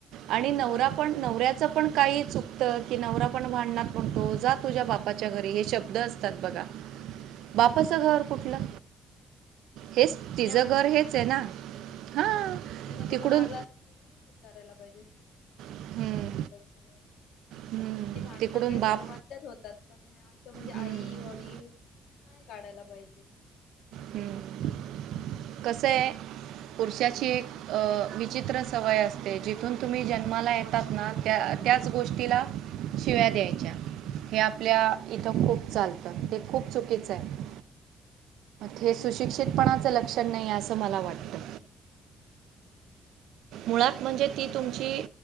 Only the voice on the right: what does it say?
आणि
नवरा पण
नवऱ्याचं पण काही चुकतं की, नवरा पण भांडणात म्हणतो, जा तुझ्या बापाच्या घरी हे शब्द असतात बघा.
बापाचं
घर कुठलं? हेच
तिचं
घर हेच आहे ना
हां
तिकडून
हम्म.
हं,
तिकडून
बाप
हं,
हम्म, कस आहे. पुरुषाची एक विचित्र सवय असते, जिथून तुम्ही जन्माला येतात. त्याच गोष्टीला शिव्या द्यायच्या. हे, आपल्या इथं खूप चालतं. ते खूप चुकीचं आहे. हे सुशिक्षितपणाचं लक्षण नाही असं मला वाटतं.
मुळात म्हणजे ती तुमची